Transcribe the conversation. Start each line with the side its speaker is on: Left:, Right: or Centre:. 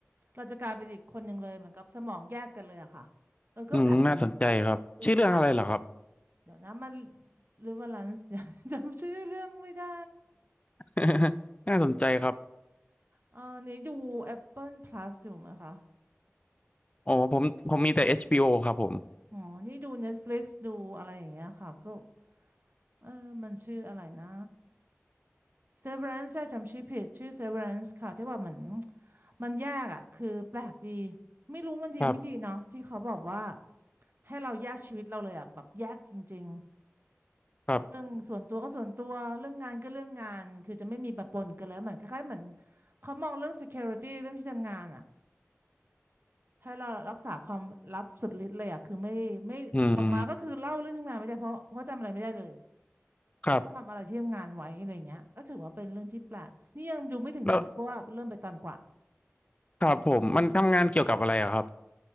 Right: เราจะกลายเป็นอีกคนหนึ่งเลยเหมือนกับสมองแยกกันเลยอะค่ะเออก็แปลกดี
Left: อืมน่าสนใจครับชื่อเรื่องอะไรเหรอครับ
Right: เออแปล เดี๋ยวนะมันริเวอรลันซ์เดี๋ยว <laughs> จำชื่อเรื่องไม่ได้
Left: <laughs> น่าสนใจครับ
Right: เอ่อนี่ดู Apple Plus อยู่ไหมคะ
Left: โอ้ผมผมมีแต่ h โ o ครับผม
Right: อ๋อนี่ดู Netflix ดูอะไรอย่างเงี้ยค่ะก็เออมันชื่ออะไรนะ Severance ใช่จำชื่อผิดชื่อ Severance ค่ะที่ว่าเหมือนมันแยกอ่ะคือแปลกดีไม่รู้มันดีไม่ดีเนาะที่เขาบอกว่า
Left: ครับ
Right: ให้เราแยกชีวิตเราเลยอ่ะแบบแยกจริง
Left: ครับ
Right: เรื่องส่วนตัวก็ส่วนตัวเรื่องงานก็เรื่องงานคือจะไม่มีปะปนกันเลยเหมือนคล้ายๆเหมือนเขามองเรื่อง security เรื่องที่ทำงานอ่ะให้เรารักษาความลับสุดฤทธิ์เลยอ่ะคือไม่ไม่ออกมาก็คือเล่าเรื่องทำงานไม่ได้เพราะเพราะจำอะไรไม่ได้เลย
Left: อืมครับ
Right: ว่าทำอะไรที่ทำงานไว้อะไรเงี้ยก็ถือว่าเป็นเรื่องที่แปลกนี่ยังดูไม่ถึงไหนเลยเพราะว่าเริ่มไปตอนกว่า
Left: แล้วครับผมมันทำงานเกี่ยวกับอะไรอะครับ